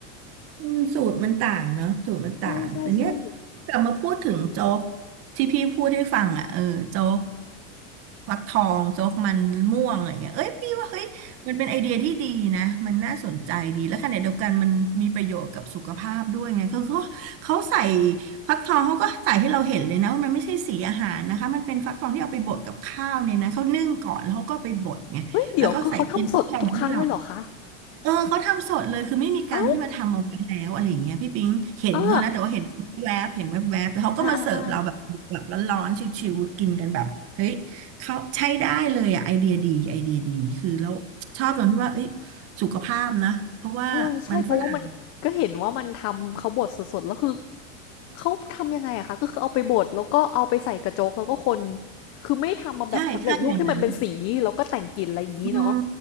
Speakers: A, on the right; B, on the left.
A: อืมสูตรมันต่างเนาะสูตรมันต่างแต่เนี้ย
B: ใช่ๆ
A: กลับมาพูดถึงโจ๊กที่พี่พูดให้ฟังอ่ะเออโจ๊กฟักทองโจ๊กมันม่วงอะไรเงี้ยเอ้ยพี่ว่าเฮ้ยมันเป็นไอเดียที่ดีนะมันน่าสนใจดีแล้วขณะเดียวกันมันมีประโยชน์กับสุขภาพด้วยไงคือเขาเขาใส่ฟักทองเขาก็ใส่ให้เราเห็นเลยนะว่ามันไม่ใช่สีอาหารนะคะมันเป็นฟักทองที่เอาไปบดกับข้าวเนี่ยนะเขานึ่งก่อนแล้วเขาก็ไปบดไงแล้วก็ใส่ชิ้นฟักทองมาให้เรา
B: ๆเฮ้ยเดี๋ยวคือเขาทำสดทุกครั้งเลยเหรอคะ
A: เออเขาทำสดเลยคือไม่มีการที่มาทำเอาไว้แล้วอะไรอย่างเงี้ยพี่ปิ๊งเห็นเขานะแต่ว่าเห็นแวบเห็นแวบแวบแต่เขาก็มาเสิร์ฟเราแบบแบบร้อนๆชิวๆกินกันแบบเฮ้ยเขาใช้ได้เลยอ่ะไอเดียดีไอเดียดีคือแล้วชอบตรงที่ว่าเอ้ย
B: เอ้าวเอาอ่าอ่า
A: สุขภาพนะเพราะว่ามันฝรั่ง
B: เออใช่เพราะว่ามันก็เห็นว่ามันทำเขาบดสดๆแล้วคือเขาทำยังไงอะคะก็คือเอาไปบดแล้วก็เอาไปใส่กระโจ๊กแล้วก็คนคือไม่ทำมาแบบสำเร็จรูปที่มันเป็นสีแล้วก็แต่งกลิ่นอะไรอย่างนี้เนาะ
A: ใช่ใช่อย่างนั้น อืม